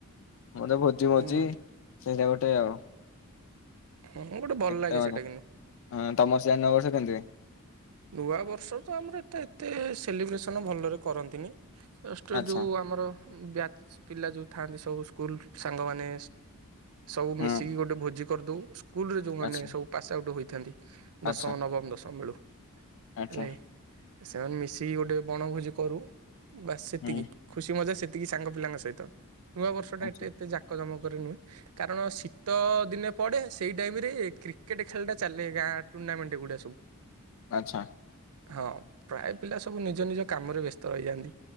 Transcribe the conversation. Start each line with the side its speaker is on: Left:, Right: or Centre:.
Left: ମୋତେ ଭୋଜି ଭୋଜି
Right: ହୁଁ
Left: ସେଇଟା ଗୋଟେ ଆଉ।
Right: ହଁ ଗୋଟେ ଭଲ
Left: କେତେ
Right: ଲାଗେ
Left: ମଜା
Right: ସେଇଟା କିନ୍ତୁ
Left: ହଁ ତମ ସେ ନୂଆ ବର୍ଷ କେମିତି ହୁଏ?
Right: ନୂଆବର୍ଷ ତ ଆମର ଏଟା ଏତେ ସେଲିବ୍ରେସନ ଭଲରେ କରନ୍ତିନି। ଷ୍ଟ
Left: ଆଚ୍ଛା।
Right: ଯୋଉ ଆମର ବ୍ୟାଚ। ପିଲା ଯୋଉ ଥାନ୍ତି ସବୁ ସ୍କୁଲ ସାଙ୍ଗମାନେ ସବୁ
Left: ହୁଁ
Right: ମିଶିକି ଗୋଟେ ଭୋଜି କରିଦୋଉ। ସ୍କୁଲ ରେ ଯୋଉମାନେେ
Left: ଆଚ୍ଛା
Right: ସବୁ ପାସ ଆଉଟ <inaudible> ଦଶମ
Left: ଆଚ୍ଛା
Right: ନବମ ଦଶମ ବେଳୁ।
Left: ଆଚ୍ଛା
Right: ହେଲେ। ସେମାନେ ମିଶିକି ଗୋଟେ ବଣଭୋଜି କରୁ। ବାସ୍ ସେତିକି
Left: ହୁଁ
Right: ଖୁସି ମଜା ସେତିକି ତିକି ସାଙ୍ଗ ପିଲାଙ୍କ ସହିତ। ନୂଆବର୍ଷ ଟା
Left: ଆଚ୍ଛା
Right: ଏତେ ଏତେ ଜାକଜମ ନୁହେ କାରଣ ଶୀତ ଦିନେ ପଡେ ସେଇ ଟାଇମ ରେ କ୍ରିକେଟ ଖେଳ ଟା ଚାଲେ ଗାଁ ଟୁର୍ଣ୍ଣାମେଣ୍ଟ ଗୁଡା ସବୁ।
Left: ଆଚ୍ଛା।
Right: ହଁ ପ୍ରାୟ ପିଲା ସବୁ ନିଜ ନିଜ କାମରେ ବ୍ୟସ୍ତ ରହିଯାଆନ୍ତି